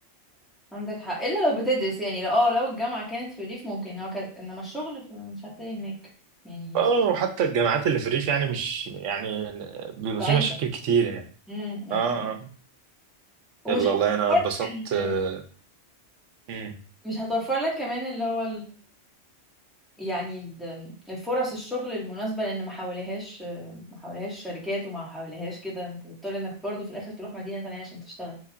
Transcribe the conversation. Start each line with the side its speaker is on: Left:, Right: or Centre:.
Centre: عندك حق الا لو بتدرس يعني لو اه لو الجامعة كانت في الريف ممكن انما ك... انما الشغل ف- مش هتلاقي هناك يعني
Right: اه
Centre: ص-
Right: وحتى الجامعات اللي في الريف يعني مش يعني بيبقى
Centre: ضعيفة
Right: في مشاكل كتير يعني
Centre: امم اكيد
Right: اه آه.
Centre: ومش
Right: يلا والله
Centre: هتوفر
Right: انا اتبسطت
Centre: لك ال...
Right: آه، مم.
Centre: مش هتوفر لك كمان اللي هو يعني ال- الفرص الشغل المناسبة لأن ما حواليهاش ما حواليهاش شركات وما حواليهاش كده أنت بتضطر إنك برضو في الآخر تروح مدينة تانية عشان تشتغل